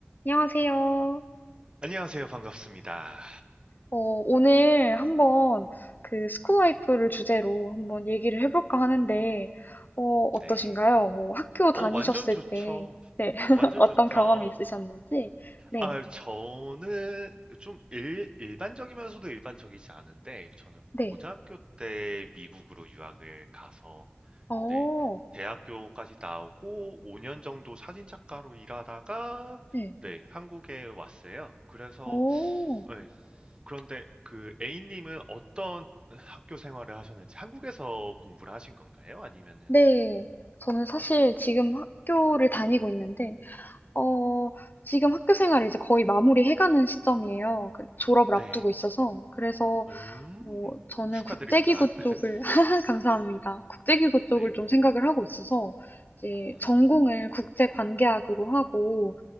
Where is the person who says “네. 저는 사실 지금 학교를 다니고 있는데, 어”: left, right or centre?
Left